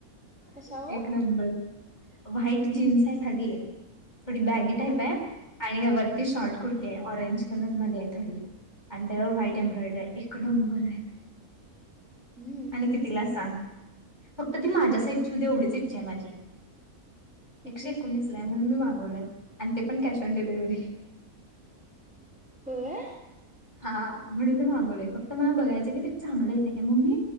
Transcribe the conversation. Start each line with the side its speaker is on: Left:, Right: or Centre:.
Centre: कशावर
Left: एक नंबर व्हाईट जीन्स आहे खाली हे थोडी बॅगी
Centre: हा
Left: टाईप आहे, आणि या वरती शॉर्ट
Centre: हा
Left: कुर्ती आहे, ऑरेंज कलर मध्ये आहे थोडी आणि त्याच्यावर व्हाईट
Centre: हा
Left: एम्ब्रॉइडर
Centre: हा
Left: एकनंबर आहे
Centre: हम्म
Left: कितीला सांग? फक्त ती माझ्या
Centre: किती
Left: साइजची येऊ दे एवढीच इच्छा आहे माझी
Centre: किती
Left: एकशे एकोणीस ला आहे म्हणून मी माग आणि ते पण कॅश ऑन डिलिवरी
Centre: होय!
Left: हा म्हणून ते मागवलेय फक्त मला बघायचं की ते चांगले येते का मम मी